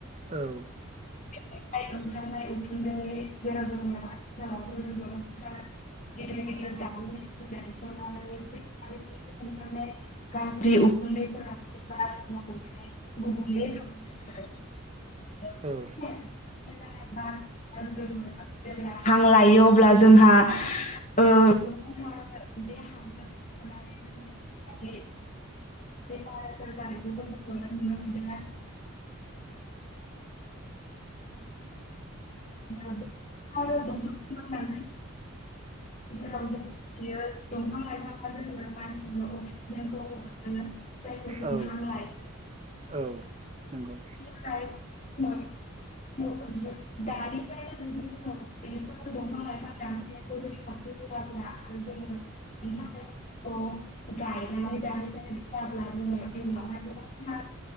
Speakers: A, on the right; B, on the left.
A: औ
B: निफ्राय ओंखारनाय उखुन्दै जेराव जों आथिखालावथ जों गोबांथार गेदेर गेदेर दारिमिन दायसनानै है दारिमिननिफ्राय ओंकारनाय गाज्रि उखुन्दैफोराबो बारहावाखौ गुबुंले खालामदों आरो
A: औ
B: बे जानाय जोङो जेब्ला हां लायो अब्ला जोंहा ओ गोबांथार बे हांजों थांफानानै जोंनि देहायादि बेमार आजार जानायखौबो जों नुनो मोनदों आरो दंफां <unintelligible> जेराव जों मिथियो दंफां लाइफाङा जोंनो मानसिनो अक्सिजेनखौ हगारो जायखौ जों
A: औ
B: हां लायो
A: औ
B: <unintelligible>
A: नंगौ
B: <unintelligible> दानिफ्रायनो जुदि जोङो बेफोर दंफां लाइफां दानफायनायखौ रैखाथि होआब्ला आरो जोङो बिफां लाइफांफोरखौ गायनानै दानिफ्रायनो दोनाब्ला जोङो इयुनावहाय गोबांथार